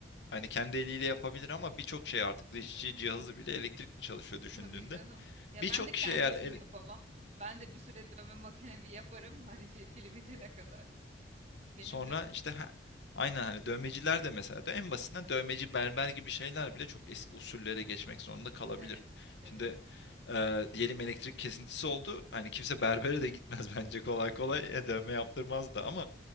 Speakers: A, on the left (about 75°); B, on the right (about 35°).
A: hani kendi eliyle yapabilir ama birçok şey artık dişçi cihazı bile elektrikle çalışıyor düşündüğünde.
B: Tabii canım. Ya
A: Birçok
B: ben de kendi
A: kişi eğer
B: işimi
A: el...
B: yapamam. Ben de bir süre dövme makinemi yaparım. Hani şey pili bitene kadar. Benim
A: Sonra
B: de öyle.
A: işte he aynen, hani, dövmeciler de mesela de en basitinden dövmeci, berber gibi şeyler bile çok eski usullere geçmek zorunda kalabilir.
B: Evet. Evet.
A: Şimdi, eee, diyelim elektrik kesintisi oldu. Hani, kimse berbere de gitmez <laughs> bence kolay kolay. E, dövme yaptırmaz da ama,